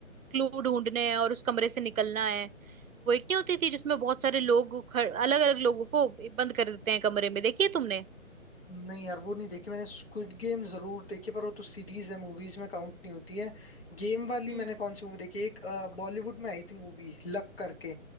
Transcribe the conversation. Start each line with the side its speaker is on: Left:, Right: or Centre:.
Right: क्लू ढूंढने हैं और उस कमरे से निकलना है वो एक नहीं होती थी जिसमें बहुत सारे लोग अलग अलग लोगों को बंद कर देते हैं कमरे में देखिए तुमने
Left: नहीं यार वो नहीं देखी मैंने स्क्विड गेम जरूर देखी पर वो तो सीरीज है मूवीज में काउंट नहीं होती है गेम वाली
Right: हम्म
Left: मैंने कौन सी मूवी देखी एक बॉलीवुड में आई थी मूवी लक करके